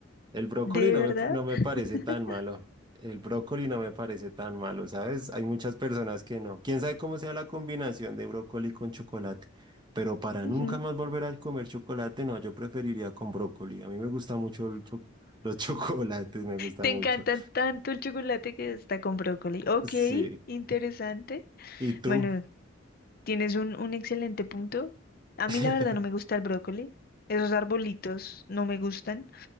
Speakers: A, on the right; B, on the left.
A: El brócoli
B: ¿De
A: no
B: verdad?
A: me, no me
B: <laughs>
A: parece tan malo. El brócoli no me parece tan malo, ¿sabes? Hay muchas personas que no. Quién sabe cómo sea la combinación de brócoli con chocolate. Pero para
B: Ujú.
A: nunca más volver a comer chocolate, no, yo preferiría con brócoli. A mí me gusta mucho el cho- los <laughs> chocolates, me gusta
B: Te
A: mucho.
B: encanta tanto el chocolate que está con brócoli. Ok,
A: Sí.
B: interesante.
A: ¿Y tú?
B: Bueno, Tienes un, un excelente punto. A
A: <laughs>
B: mí la verdad no me gusta el brócoli. Esos arbolitos no me gustan.